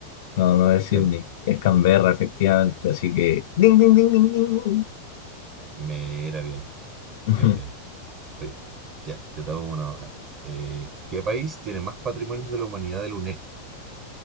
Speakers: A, on the left; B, on the right.
A: No, no es Sydney.
B: Claro,
A: Es Canberra, efectivamente. Así que. Ding, ding, ding, ding, ding. <laughs>
B: me era bien,
A: Ujú.
B: bien, bien. Oye, ya, yo te hago una ahora. Eh, ¿qué país tiene más patrimonios de la humanidad de la UNESCO?